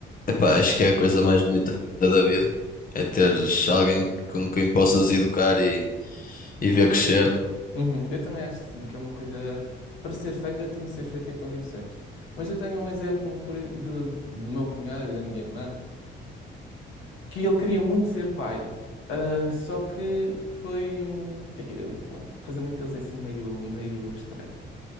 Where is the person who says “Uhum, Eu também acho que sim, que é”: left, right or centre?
Left